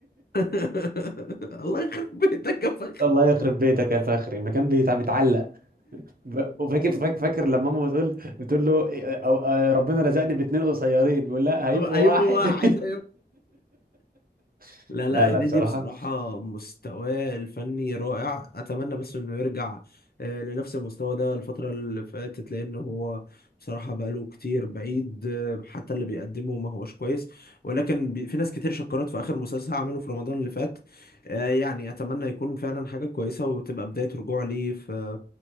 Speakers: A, on the left; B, on the right.
A: <laughs> الله يخرب بيتك يا
B: <laughs>
A: فخري
B: الله يخرب بيتك يا فخري مكان بيتع- بيتعلق ب- وفاكر فاكر, فاكر لما ماما بتقول بتقول له إيه، أو- آه، ربنا رزقني باتنين قصيرين بيقول لا هيبقوا
A: <laughs> ايوب
B: واحد
A: واحد
B: <laughs>
A: لا لا
B: لا لا
A: هنيدي
B: بصراحه
A: بصراحة مستواه الفني رائع أتمنى بس إنه يرجع آه، لنفس المستوى ده الفترة اللي فاتت لأن هو بصراحة بقاله كتير بعيد آه، حتى اللي بيقدمه ما هوش كويس ولكن بي- في ناس كتير شكرت في آخر مسلسل عمله في رمضان اللي فات آه، يعني أتمنى يكون فعلا حاجة كويسة وتبقى بداية رجوع ليه في